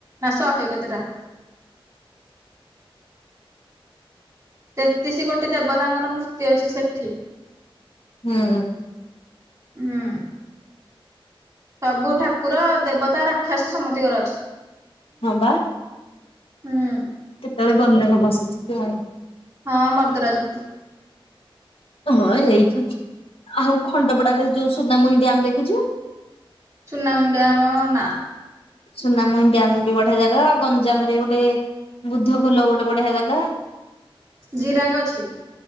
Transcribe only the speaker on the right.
ନା ଶହେ କେତେଟା। ତେତିଶ କୋଟି ଦେବତାଙ୍କର ମୂର୍ତ୍ତି ଅଛି ସେଠି।
ହୁଁ। ସବୁ ଠାକୁର ଦେବତା ରାକ୍ଷାସ ସମତିଙ୍କର ଅଛି।
ହୁଁ।
ହଁ ମର୍ଦରାଜପୁରୁ।
ସୁନା ମୁଁହିଁ ଡ୍ୟ। ମ ନା।
ଜିରାଙ୍ଗ ଅଛି